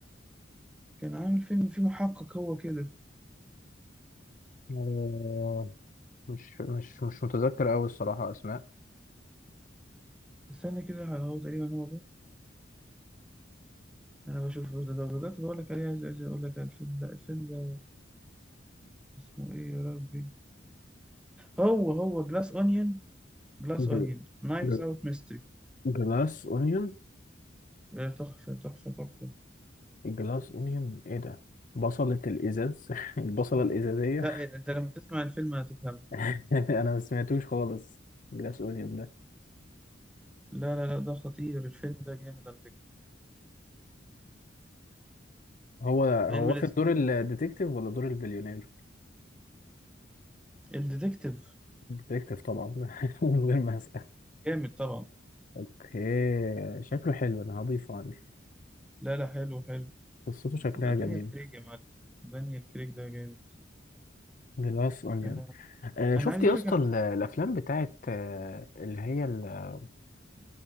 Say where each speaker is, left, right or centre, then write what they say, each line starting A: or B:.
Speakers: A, in the centre; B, on the left.
A: كان عامل فيلم فيه محقق هو كده
B: آه، مش مش مش متذكر أوي الصراحة أسماء
A: استنى كده هو تقريبا هو ده انا بشوف ده ده بدات اقول لك عليه عايز عايز اقول لك على الفيلم ده الفيلم ده اسمه ايه يا ربي هو هو جلاس اونيون جلاس
B: جل-
A: اونيون نايفز
B: جل-
A: اوت ميستري
B: جلاس اونيون
A: تحفه تحفه تحفه
B: الجلاس اونيون ايه ده بصلة الازاز <laughs> البصلة الازازية
A: لا انت لما تسمع الفيلم هتفهمها
B: <laughs> انا ما سمعتوش خالص جلاس اونيون ده
A: لا لا لا ده خطير الفيلم ده جامد على فكره
B: هو هو
A: فيلم
B: واخد
A: لذيذ
B: دور الديتكتيف ولا دور البليونير
A: الديتكتيف
B: الديتكتيف طبعا <laughs> من غير ما اسأل
A: جامد طبعا
B: اوكي شكله حلو انا هضيفه عندي
A: لا لا حلو حلو
B: قصته شكلها
A: ده دانيال
B: جميل
A: كريج يا معلم دانيال كريج ده جامد
B: جلاس اونيون
A: انا
B: آه، شفت
A: انا عايز
B: يا
A: اقول
B: اسطى
A: لك انا
B: ال-
A: حقت
B: الافلام بتاعت آه، اللي هي ال-